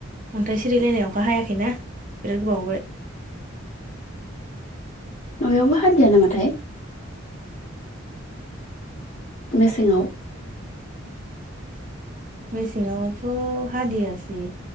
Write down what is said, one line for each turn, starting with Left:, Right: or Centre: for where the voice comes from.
Right: अन्थाइ सिरिलायनायावखा हायाखैना बिराद गोबावबो <inaudible>
Left: नाबे अब हाद द ना माथाय मेसेंाव
Right: मेसेङावथ' हादियासै